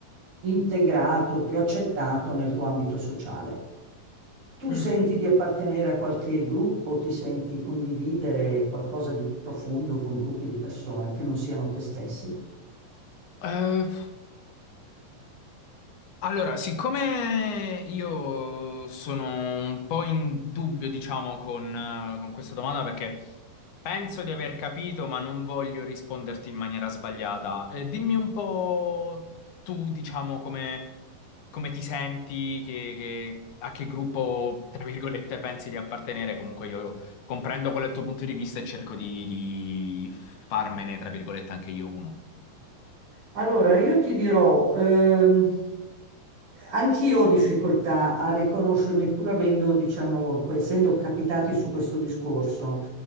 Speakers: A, on the right (about 80°); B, on the left (about 65°).
A: integrato, più accettato nel tuo ambito sociale. Tu
B: Mm.
A: senti di appartenere a qualche gruppo, ti senti condividere qualcosa di profondo con gruppi di persone che non siano te stessi?
B: Eh, Allora, siccome io sono un po' in dubbio, diciamo, con, eh, con questa domanda, perché penso di aver capito, ma non voglio risponderti in maniera sbagliata, eh, dimmi un po' tu, diciamo, come, come ti senti, che- che- a che gruppo, tra virgolette, pensi di appartenere. Comunque io comprendo qual è il tuo punto di vista e cerco di, di farmene, tra virgolette, anche io uno.
A: Allora, io ti dirò, ehm, anch'io ho difficoltà a riconoscermi, pur avendo, diciamo, poi essendo capitati su questo discorso.